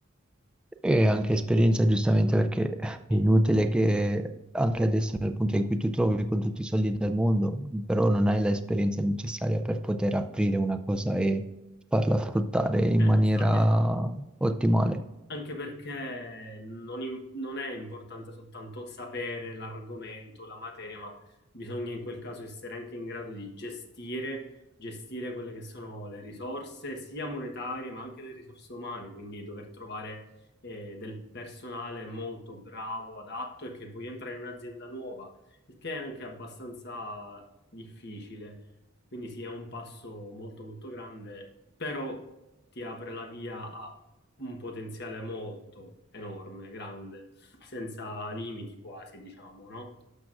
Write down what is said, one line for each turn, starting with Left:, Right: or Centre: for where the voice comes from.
Centre: E anche esperienza, giustamente, perché è
Left: Sì,
Centre: inutile che anche adesso, nel punto in cui ti trovi con tutti i soldi del mondo, però non hai l'esperienza necessaria per poter aprire una cosa e farla fruttare in
Left: eh,
Centre: maniera
Left: esa- esatto.
Centre: ottimale.
Left: Anche perché non, im- non è importante soltanto sapere l'argomento, la materia, ma bisogna in quel caso essere anche in grado di gestire, gestire quelle che sono le risorse, sia monetarie, ma anche le risorse umane, quindi dover trovare eh, del personale molto bravo, adatto e che voglia entrare in un'azienda nuova, il che è anche abbastanza difficile. Quindi sì, è un passo molto molto grande, però ti apre la via a un potenziale molto enorme, grande, senza limiti quasi, diciamo, no?